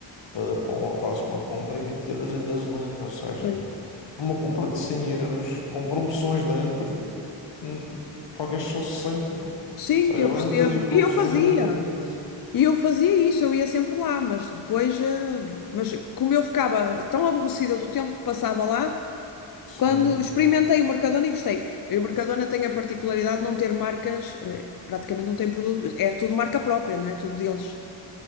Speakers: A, on the left; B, on the left.
A: para, para uma próxima compra e 20 euros em gasolina. Ou seja,
B: sim.
A: numa compra de 100 euros, com promoções dentro, hum, pagas só sessenta
B: Sim,
A: Sabe,
B: eu
A: além
B: percebo.
A: de todas as promoções,
B: E eu fazia.
A: ainda tens isso.
B: E eu fazia isso, eu ia sempre lá, mas depois, eh, mas como eu ficava tão aborrecida do tempo que passava lá,
A: Sim.
B: Quando experimentei o Mercadona e gostei. E o Mercadona tem a particularidade de não ter marcas, eh, praticamente não tem produto, é tudo marca própria, não é? Tudo deles.